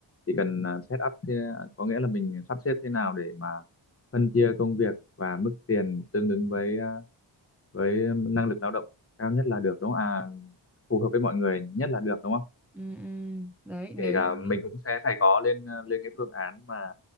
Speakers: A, on the left; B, in the centre.
A: chỉ cần ờ, set up thế, có nghĩa là mình sắp xếp thế nào để mà phân chia công việc và mức tiền tương ứng với ờ, với năng lực lao động cao nhất là được đúng không à phù hợp với mọi người nhất là được đúng không
B: ừ, ừ. đấy
A: kể
B: nếu
A: cả
B: như-
A: mình cũng sẽ phải có lên ờ, lên cái phương án mà